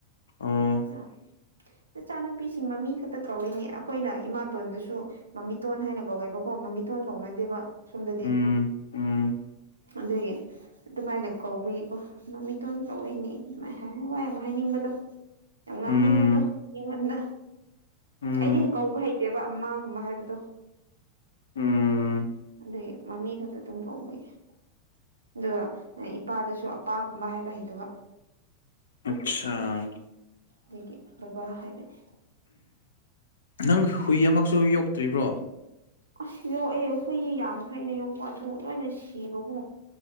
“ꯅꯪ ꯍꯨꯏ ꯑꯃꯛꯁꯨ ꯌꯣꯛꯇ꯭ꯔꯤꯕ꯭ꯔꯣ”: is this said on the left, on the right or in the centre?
Left